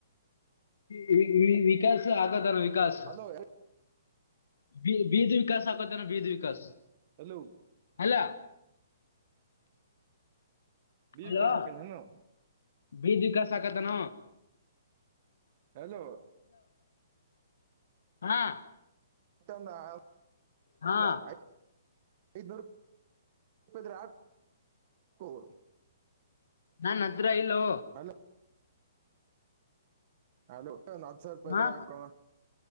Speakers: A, on the left (about 75°); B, on the right (about 30°).
A: ಹ್ಮ ವಿಕಾಸ ಆಗತಾರ ವಿಕಾಸ
B: ಹಲೋ
A: ಬ ಬೀದ್ ವಿಕಾಸ್ ಹಾಕೋದೇನ ಬೀದ್ ವಿಕಾಸ್
B: ಹಲೋ
A: ಅಲ್ಲ
B: ಬೀಗ
A: ಹಲೋ
B: ಕಳ್ಸಕ ನಾನು
A: ಬೀದ್ ವಿಕಾಸ ಆಕತನ
B: ಹಲೋ
A: ಹಾ
B: ಮತ್ತ
A: ಹಾ
B: <unintelligible> ಐದನೂರುಕ <unintelligible>
A: ನನ್ ಹತ್ರ ಇಲ್ಲೋ
B: ಹಲೋ ಹಲೋ ಹತ್ತು ಸಾವ್ರ ರೂಪಾಯಿ
A: ಹಾ
B: ಇದ್ರ ಆಕ